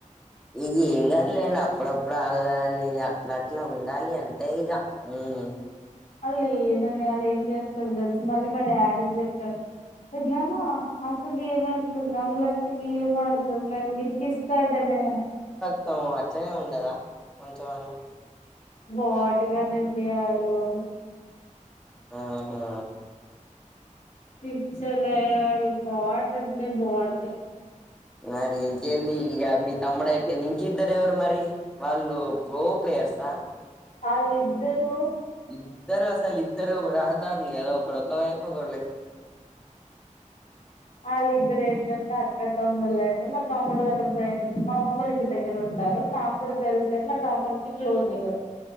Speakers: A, in the centre; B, on the left.
A: ఇది ఏమ్ గాదులేండి అప్ అప్పుడప్పుడు అళ్లాలి అట్లా అట్లా ఉండాలి అంతే ఇగ ఉమ్
B: మళ్ళీ దాన్నాడ ఏం చేస్తాడు తెల్సా మళ్ళీ మా డాడికి చెప్తాడు పెద్దనాన్నా అక్క గేమ్ ఆడుతుంది అమ్లక్క గేమ్ ఆడుతుంది గ నన్ ఇరికిస్తాడ నే
A: మొత్తం అట్లనే ఉండదా కొంచెం అన్న
B: బాటుగాడెట్లే ఆడు అ
A: ఆహా
B: పిచ్చలా వాడు బోటంటే బోట్
A: మరి ఇంకేంది ఇగ మీ తమ్ముడు అయిపోయింది ఇంకిద్దరు ఎవరు మరి వాళ్ళు ప్రో ప్లేయర్సా
B: అళిద్దరు
A: ఇద్దరు అసలు ఇద్దరు రహ లు గద ఒకరోకవైపు ఒకడ్
B: అలిద్దరు ఎంటంటే అక్క తమ్ ములండి మా తమ్ముడు వాళ్ళ ఫ్రెండ్ మామ్మోలింటి దగ్గర ఉంటారు నాకు కూడా తెలిసు మా తమ్ముడికి క్లోజిగ